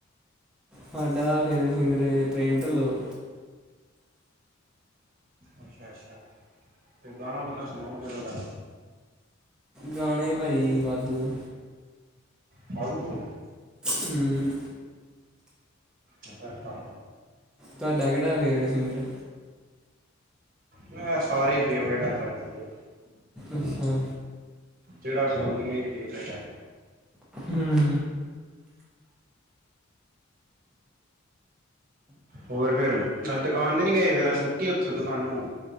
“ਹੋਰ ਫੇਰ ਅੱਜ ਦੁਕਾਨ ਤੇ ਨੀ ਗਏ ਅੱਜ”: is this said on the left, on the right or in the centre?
Right